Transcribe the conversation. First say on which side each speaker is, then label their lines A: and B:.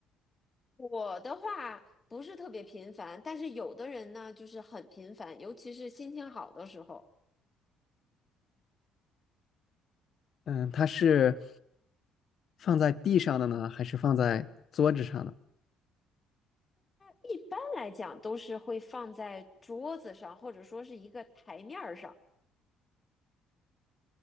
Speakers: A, on the left; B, on the left.
A: 我的话不是特别频繁，但是有的人呢就是很频繁，尤其是心情好的时候。
B: 嗯，它是放在地上的呢，还是放在桌子上的？
A: 一般来讲都是会放在桌子上，或者说是一个台面儿上。